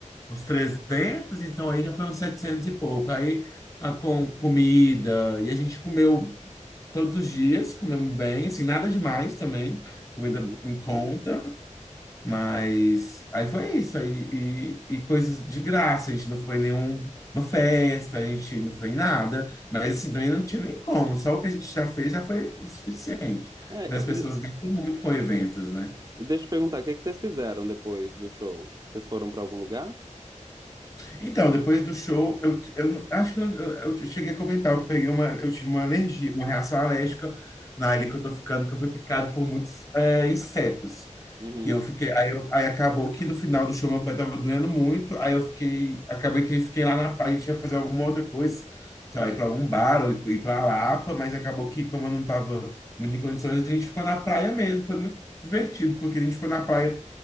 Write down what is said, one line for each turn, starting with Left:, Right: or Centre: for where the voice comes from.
Left: uns 300 então aí já foi uns 700 e pouco. Aí a, com comida, e a gente comeu todos os dias, comemos bem, assim, nada demais também, comida
Right: uhum.
Left: em conta. Mas aí foi isso, aí, e, e coisas de graça, a gente não foi em nenhuma festa, a gente não foi em nada, mas assim, também não tinha nem como, só o que a gente já fez já foi o suficiente.
Right: É,
Left: Mas as
Right: e
Left: pessoas gastam muito com eventos, né?
Right: e deixa eu te perguntar, o que é que vocês fizeram depois do show? Vocês foram pra algum lugar?
Left: Então, depois do show, eu, eu não- acho que eu, eu- eu cheguei a comentar, eu peguei uma, eu tive uma alergia, uma reação alérgica na ilha que eu tô ficando, que eu fui picado por muitos é, insetos.
Right: Uhum,
Left: E eu fiquei, aí, eu- aí acabou que no final do show meu pé tava doendo muito, aí eu fiquei, acabei que fiquei lá na praia, tinha que fazer alguma outra coisa, sei lá, ir pra algum bar ou ir, ir pra Lapa, mas acabou que como eu não tava muito em condições, a gente ficou na praia mesmo, foi muito divertido, porque a gente ficou na praia,